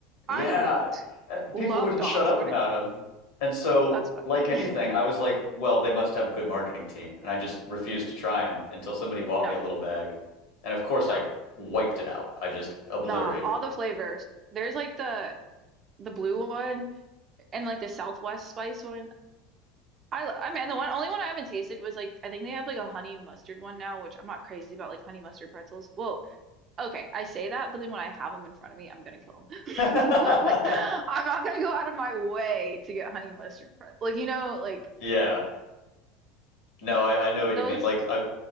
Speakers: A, on the right; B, on the left.
A: I
B: Yeah, uh,
A: love
B: people wouldn't
A: dots.
B: shut up
A: What
B: about
A: are,
B: them. And so,
A: that's funny.
B: like anything,
A: <laughs>
B: I was like, well, they must have a good marketing team. And I just refused to try them until somebody bought
A: No,
B: me a little bag. And of course,
A: nah,
B: I wiped it out. I just obliterated
A: nah. All the flavors. There's like the the blue one and like the Southwest spice one. I lo- I mean the one only one I haven't tasted was like I think they have like a honey mustard one now, which I'm not crazy about like honey mustard pretzels. Well, okay, I say that, but then when I have them in front of me, I'm gonna kill
B: it.
A: them. <laughs> But like I'm
B: <laughs>
A: not gonna go out of my way to get honey mustard pretzels. Like you know, like
B: Yeah. No, I, I know what
A: those.
B: you mean. Like I,